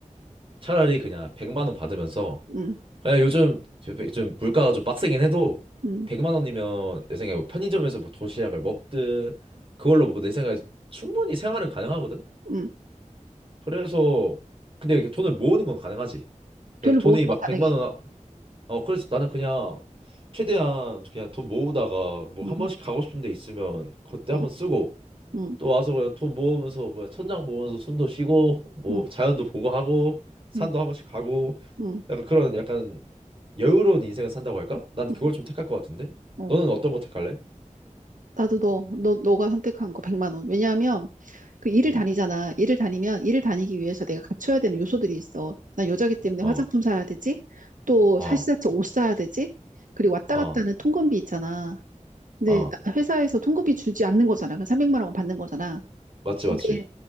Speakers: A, on the right (about 45°); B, on the right (about 85°).
A: 차라리 그냥 100만 원 받으면서
B: 음,
A: 그냥 요즘 좀 물가가 좀 빡세긴 해도
B: 음,
A: 100만 원이면 내 생각에 뭐 편의점에서 뭐 도시락을 먹든 그걸로 뭐 내 생각에 충분히 생활은 가능하거든.
B: 음.
A: 그래서 근데 이렇게 돈을 모으는 건 가능하지.
B: 돈을
A: 이게 돈이
B: 모으는 거
A: 막
B: 가능해.
A: 100만 원 어, 그래서 나는 그냥 최대한 그냥 돈 모으다가 뭐
B: 음,
A: 한 번씩 가고 싶은 데 있으면 그때 한번
B: 음,
A: 쓰고
B: 음,
A: 또 와서 그냥 돈 모으면서 뭐 천장 보면서 숨도 쉬고 뭐
B: 음,
A: 자연도 보고 하고 산도
B: 음,
A: 한 번씩 가고
B: 음.
A: 약간 그런 약간 여유로운 인생을 산다고 할까? 난 그걸
B: 음.
A: 좀 택할 것 같은데.
B: 어,
A: 너는 어떤 거 택할래?
B: 나도 너, 너, 너가 선택한 거 100만 원. 왜냐하면 그 일을
A: 음.
B: 다니잖아. 일을 다니면 일을 다니기 위해서 내가 갖춰야 되는 요소들이 있어. 나 여자기 때문에
A: 어.
B: 화장품 사야 되지. 또
A: 어.
B: 사시사철 옷 사야 되지. 그리고 왔다
A: 어.
B: 갔다 하는 통근비 있잖아. 근데
A: 어.
B: 나- 회사에서 통근비 주지 않는 거잖아. 그 300만 원만 받는 거잖아.
A: 맞지 맞지.
B: 근데